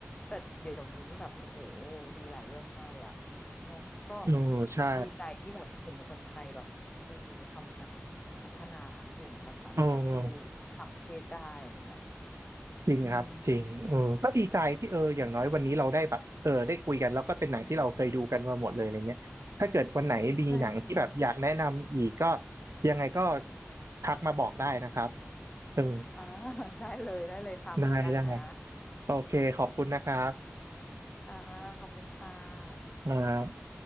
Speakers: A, on the left; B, on the right.
A: แต่เดี๋ยวนี้นี่แบบโอ้โหดีหลายเรื่องมากเลยอะเนอะก็
B: เออใช่
A: ดีใจที่แบบบเห็นคนไทยแบบเออทำหนังพัฒนาเก่งแบบสามารถแบบสู้
B: เออ
A: ต่างประเทศได้อะไรเงี้ย
B: จริงครับจริงเออก็ดีใจที่เอออย่างน้อยวันนี้เราได้แบบเออได้คุยกันแล้วก็เป็นหนังที่เราเคยดูกันมาหมดเลยอะไรเงี้ยถ้าเกิดวันไหนมีหนังที่แบบอยากแนะนำอีกก็
A: อืมอืมใช่ใช่
B: ยังไงก็ทักมาบอกได้นะครับเออ
A: อ่า <laughs> ได้เลยได้เลยค่ะเหมือนกันนะ
B: ได้ได้ โอเคขอบคุณนะครับ
A: ค่ะขอบคุณค่ะ
B: อ่า